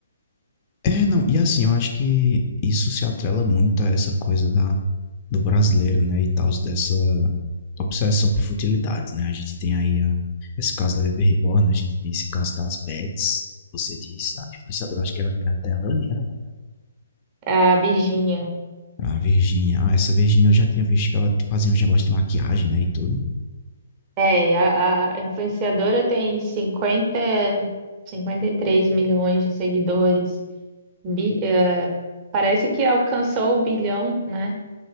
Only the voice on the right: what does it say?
a Virginia.
É, e a, a influenciadora tem cinquenta cinquenta e três milhões de seguidores. Bi- eh, parece que alcançou o bilhão, né?